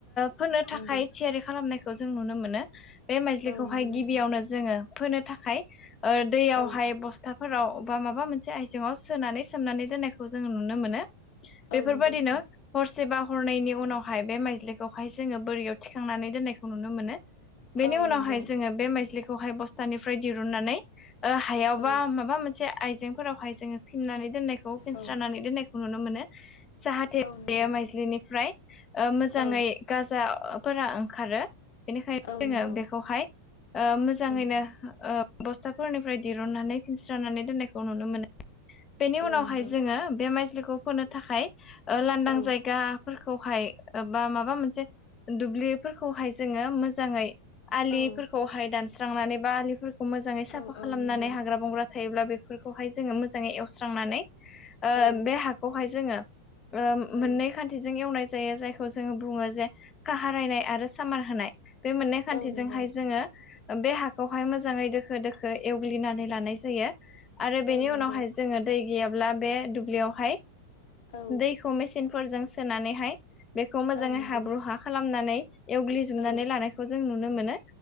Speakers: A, on the left; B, on the left.
A: फोनो थाखाय
B: नंगौ
A: थियारि खालामनायखौ जों नुनो मोनो। बे माइज्लिखौहाय
B: औ नंगौ नोंथां
A: गिबियावनो जोङो फोनो थाखाय दैयावहाय
B: औ
A: बस खोथाफोराव बा माबा मोनसे आइजेंआव सोनानै सोमनानै दोननायखौ जोङो नुनो मोनो। बेफोर
B: औ नंगौ
A: बायादिनो।
B: नोंथां
A: हरसेबा हरनैनायनि उनावहाय बे माइज्लिखौहाय जोङो बोरियाव थिखांनानै दोननायखौ नुनो मोनो। बेनि
B: औ
A: उनावहाय
B: नंगौ
A: जोङो बे माइजलिखौहाय बस्थानिफ्राय दिरुननानै। ओ हायावबा
B: औ
A: माबा मोनसे आइजेंफोरावहाय जोङो फिननानै दोननायखौ फिनस्रानानै
B: औ
A: दोननायखौ नुनो मोनो। जाहाथे
B: औ नंगौ
A: माइज्लिनिफ्राय मोजाङै
B: औ
A: गाजाफोरा ओंखारो। बेनिखायनो
B: औ नंगौ
A: जोङो बेखौहाय मोजाङैनो
B: औ
A: बस्थाफोरनिफ्राय दिरुननानै फिनस्रानानै दोननायखौ नुनो मोनो। बेनि
B: औ
A: उनावहाय
B: नंगौ
A: जोङो बे माइजलिखौ फोनो थाखाय ओ लांदां
B: औ
A: जायगा फोरखौहाय बा माबा मोनसे दुब्लिफोरखौहाय जोङो मोजाङै आलिफोरखौहाय
B: औ
A: दानस्रांनानै बा आलिफोरखौ मोजाङै साफा
B: औ
A: खालामनानै
B: नंगौ
A: हाग्रा बंग्रा थायोब्ला बेफोरखौहाय जोङो मोजाङै एवस्रांनानै
B: औ
A: बे हाखौहाय जोङो
B: औ
A: मोननै खान्थिजों एवनाय जायो जायखौ जोङो बुङो जे काह रायनाय आरो सामान होनाय। बे मोननै खान्थिजोंहाय
B: औ नंगौ
A: जोङो बे हाखौहाय मोजाङै दोखो दोखो एवग्लिनानै लानाय जायो। आरो
B: औ
A: बेनि
B: नंगौ
A: उनावहाय जोङो दै गैयाब्ला बे दुब्लियावहाय
B: औ
A: दैखौ मेस सिनफोरजों सोनानैहाय बेखौ मोजाङै
B: औ नंगौ
A: हाब्रु हा खालामनानै एवग्लिजोबनानै
B: औ
A: लानाय। खौ जों नुनो मोनो